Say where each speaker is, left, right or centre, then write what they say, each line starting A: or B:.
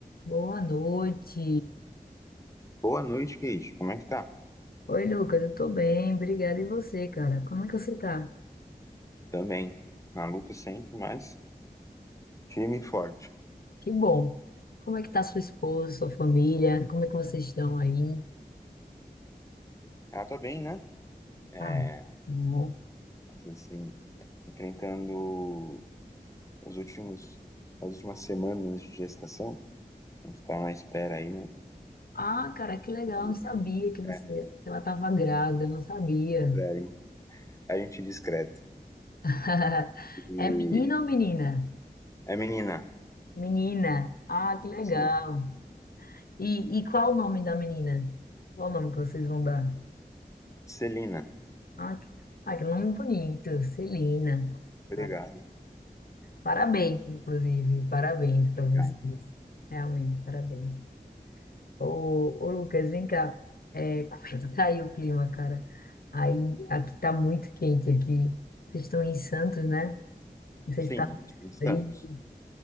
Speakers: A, on the left (about 65°); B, on the left (about 20°).
A: Boa noite.
B: Boa noite, Kate. Como é que tá?
A: Oi, Lucas, eu tô bem, obrigada. E você, cara? Como é que você tá?
B: Também. Na luta sempre, mas firme e forte.
A: Que bom. Como é que tá sua esposa, sua família? Como é que vocês estão aí?
B: Ela tá bem, né? É,
A: Ah, bom.
B: assim, enfrentando os últimos, as últimas semanas de gestação. A gente tá na espera aí, né?
A: Ah, cara, que legal,
B: Uma
A: eu
B: menina,
A: não sabia que você,
B: né?
A: que ela tava grávida, eu não sabia.
B: Pois é, aí A gente discreto.
A: <laughs>
B: E
A: É menina ou menina?
B: é menina.
A: Menina. Ah, que legal.
B: Sim.
A: E, e qual o nome da menina? Qual o nome que vocês vão dar?
B: Celina.
A: Ah, que, ah, que nome bonito, Celina.
B: Obrigado.
A: Ah, Parabéns,
B: É,
A: inclusive, parabéns para
B: obrigado.
A: vocês. Realmente, parabéns. Ô, ô Lucas, vem cá. É, <laughs> como é que tá aí o clima, cara? Aí, aqui tá muito quente aqui. Vocês estão em Santos, né? Não sei
B: Sim,
A: se tá
B: a gente tem Santos.
A: frio.